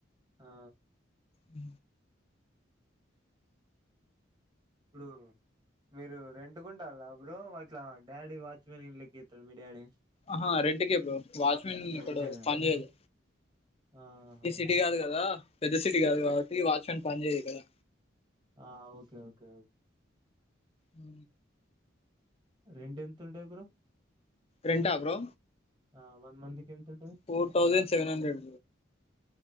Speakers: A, on the right (about 20°); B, on the left (about 30°).
A: ఆ
B: అ
A: ఇప్పుడు మీరు రెంటుకుంటారు బ్రో అట్లా డాడీ వాచ్మెన్ ఇళ్ళలెక్కి ఇత్తడు మీ డాడీ
B: ఆహా రెంట్ కే బ్రో వాచ్మెన్ ఇక్కడు
A: రెంటేనా
B: పనిజేయదు
A: ఆహా
B: ఈ సిటీ కాదు కదా పెద్ద సిటీ కాదు కాబట్టి వాచ్ మెన్ పనిజేయది కదా
A: ఆ ఓకే ఓకే
B: అ
A: రెండు ఎంతులు ఎబ
B: రెంటా బ్రో
A: ఆ వన్ మంత్కి ఎంతండు
B: four thousand seven hundred